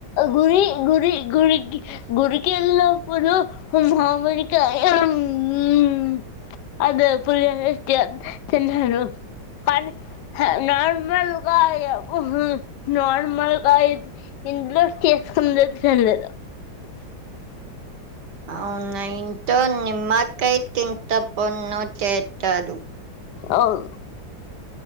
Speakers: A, on the left (about 70°); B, on the right (about 60°).
A: గురి గురి గుడికి గుడికి ఏలినప్పు ప మహమరికాయ హు హు అదే పులి తిన్నాను ప నర్మల్గా ఉహు నార్మల్గా ఇంట్లో చేసుకుందే సలేదు
B: అవునా ఇంతో నిమ్మ కాయా తింతటఅప్పుడు నో చేతడు
A: ఆవు